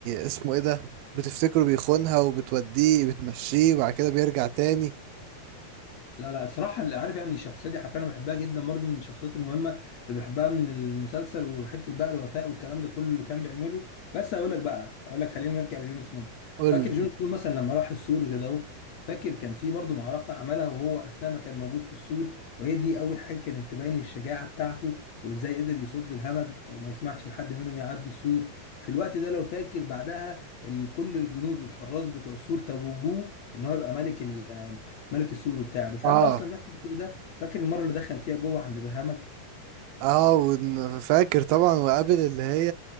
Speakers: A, on the right; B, on the left.
A: اسمه ايه ده بتفتكره بيخونها وبتوديه بتمشيه وبعد كده بيرجع تاني
B: لا لا الصراحة اللي عارف يعني الشخصية دي حرفيا أنا بحبها جدا برضو من الشخصيات المهمة اللي بحبها من المسلسل وحتة بقى الوفاء والكلام ده كله اللي كان بيعمله بس هقول لك بقى هقول لك خلينا نرجع لجون سنو
A: قولي
B: فاكر جون سنو مثلا لما راح السور كده أهو فاكر كان في برضو معركة عملها وهو أثناء ما كان موجود في السور وهي دي أول حاجة كانت تبين الشجاعة بتاعته وإزاي قدر يصد الهمج وما يسمحش لحد منهم يعدي السور في الوقت ده لو فاكر بعدها ال- كل الجنود والحراس بتوع السور توجوه إن هو يبقى ملك ملك السور وبتاع بس
A: اه
B: قبل اصلا ما يحصل كل ده فاكر المره اللي دخل فيها جوه عند الهمج
A: اه ون- فاكر طبعا وقابل اللي هي